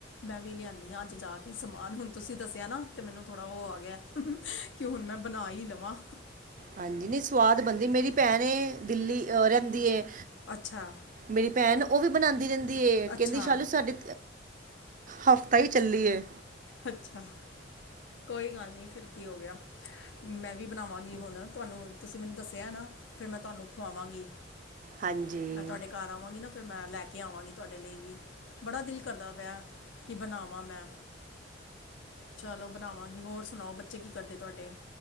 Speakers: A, on the left; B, on the right.
A: ਮੈਂ ਵੀ ਲਿਆਨੀ ਆ ਅੱਜ ਜਾ ਕੇ ਸਮਾਨ ਹੁਨ ਤੁਸੀਂ ਦੱਸਿਆ ਨਾ ਤੇ ਮੈਨੂੰ ਥੋੜ੍ਹਾ ਓ ਆ ਗਿਆ। ਕਿਉਂ ਹੁਣ ਮੈਂ ਬਨਾ ਈ ਲਵਾਂ।
B: ਹਾਂਜੀ ਨਈ ਸਵਾਦ ਬਨਦੀ ਏ ਮੇਰੀ ਭੈਣ ਏ ਦਿੱਲੀ ਰੈਂਦੀ ਏ।
A: ਅੱਛਾ
B: ਮੇਰੀ ਭੈਣ ਓ ਵੀ ਬਨਾਂਦੀ ਰੈਂਦੀ ਏ
A: ਅੱਛਾ
B: ਕੈਂਦੀ ਸ਼ਾਲੂ ਸਾਡੇ ਹਫ਼ਤਾ ਈ ਚੱਲੀ ਏ।
A: ਅੱਛਾ। ਕੋਈ ਗੱਲ ਨੀ ਫਿਰ ਕੀ ਹੋ ਗਯਾ, ਮੈਂ ਵੀ ਬਨਾਵਾਂਗੀ ਹੁਣ ਤੁਆਨੂੰ ਤੁਸੀਂ ਮੈਨੂੰ ਦੱਸਿਆ ਐ ਨਾ। ਫਿਰ ਮੈਂ ਤੁਆਨੂੰ ਖਵਾਵਾਂਗੀ।
B: ਹਾਂਜੀ
A: ਮੈਂ ਤੁਆਡੇ ਘਰ ਆਵਾਂਗੀ ਨਾ ਫਿਰ ਮੈਂ ਲੈ ਕੇ ਆਵਾਂਗੀ ਤੁਆਡੇ ਲਈ ਵੀ। ਬੜਾ ਦਿਲ ਕਰਦਾ ਪਯਾ ਕੀ ਬਨਾਵਾਂ ਮੈਂ। ਚੱਲੋ ਬਨਾਵਾਂਗੀ ਹੋਰ ਸੁਨਾਓ ਬੱਚੇ ਕੀ ਕਰਦੇ ਤੁਆਡੇ?